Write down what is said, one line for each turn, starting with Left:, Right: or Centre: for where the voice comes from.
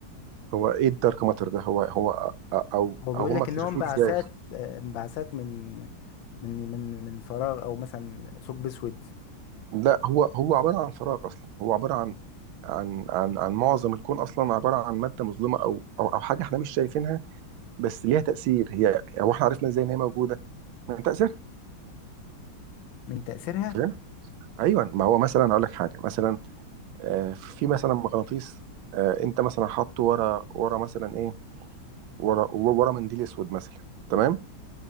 Right: هو ايه الدارك ماتر ده هو هو او
Left: هو بيقول
Right: او
Left: لك
Right: هم اكتشفوه
Left: ان هو انبعاثات
Right: ازاي
Left: آه، انبعاثات من من من من فراغ او مثلا ثقب اسود
Right: لا هو هو عباره عن فراغ اصلا هو عباره عن عن عن عن معظم الكون اصلا عباره عن ماده مظلمه او او او حاجه احنا مش شايفينها بس ليها تاثير هي هو احنا عرفنا ازاي ان هي موجوده من تاثيرها
Left: من تاثيرها
Right: فاهم ايوه ما هو مثلا اقول لك حاجه مثلا آه، في مثلا مغناطيس آه، انت مثلا حاطه ورا ورا مثلا ايه ورا ورا منديل اسود مثلا تمام